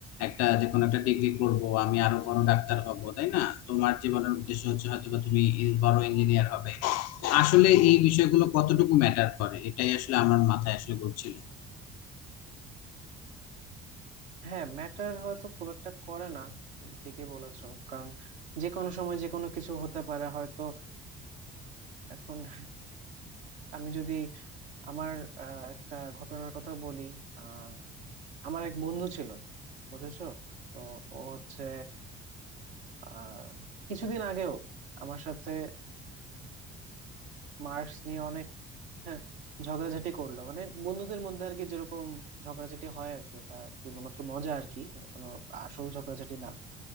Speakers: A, on the left; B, on the right.
A: একটা যে কোনো একটা ডিগ্রি করব আমি আরো বড় ডাক্তার হব তাই না তোমার জীবনের উদ্দেশ্য হচ্ছে হয়তো বা তুমি বড় ইঞ্জিনিয়ার হবে আসলে এই বিষয়গুলো কতটুকু ম্যাটার করে এটাই আসলে আমার মাথায় আসলে ঘুরছিল
B: হ্যাঁ ম্যাটার হয়তো খুব একটা করে না তুমি ঠিকই বলেছো কারণ যে কোনো সময় যে কোনো কিছু হতে পারে হয়তো এখন আমি যদি আমার আহ, একটা ঘটনার কথা বলি আহ, আমার এক বন্ধু ছিল বুঝেছো তো ও হচ্ছে আহ, কিছুদিন আগেও আমার সাথে মার্কস নিয়ে অনেক <laughs> হ্যাঁ, ঝগড়াঝাটি করলো মানে বন্ধুদের মধ্যে আর কি যেরকম ঝগড়াঝাটি হয় আর কি ওটা শুধুমাত্র মজা আর কি মানে কোনো আসল ঝগড়াঝাটি না